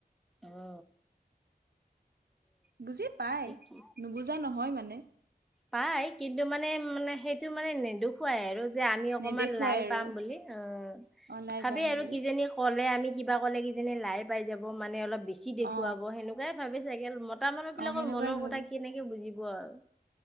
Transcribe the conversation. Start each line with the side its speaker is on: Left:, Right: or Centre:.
Centre: উ
Right: বুজি পাই
Centre: কি
Right: নুবুজা নহয় মানে।
Centre: পাই কিন্তু মানে মানে সেইটো মানে নেদুখুৱাই আৰু। যে আমি অকমান
Right: নেদেখুৱাই
Centre: লাই
Right: আৰু
Centre: পাম বুলি অ
Right: অ লাই
Centre: ভাবি
Right: পাম
Centre: আৰু
Right: বুলি
Centre: কিজি ক'লে আমি। কিবা ক'লে কিজানী লাই পাই যাব মানে অলপ বেছি দেখুৱাব
Right: অ
Centre: সেনেকুৱাই ভাবে চাগে ম কত মানুহ বিলাকৰ
Right: অ সেনেকুৱাই
Centre: মনৰ
Right: ভাবে
Centre: কথা কেনেকে বুজিব আৰু